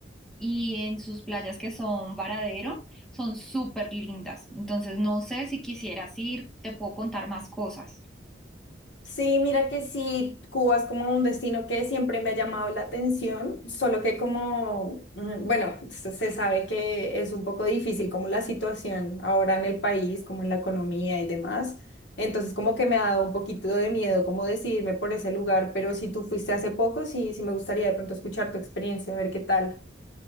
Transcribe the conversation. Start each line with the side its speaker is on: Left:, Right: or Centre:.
Centre: y en sus playas que son Varadero, son súper lindas. Entonces, no sé si quisieras ir, te puedo contar más cosas.
Left: Sí, mira que sí, Cuba es como un destino que siempre me ha llamado la atención, solo que como, mm, bueno, se se sabe que es un poco difícil como la situación ahora en el país, como en la economía y demás. Entonces como que me ha dado un poquito de miedo como decidirme por ese lugar, pero si tú fuiste hace poco, sí, sí me gustaría de pronto escuchar tu experiencia, a ver qué tal.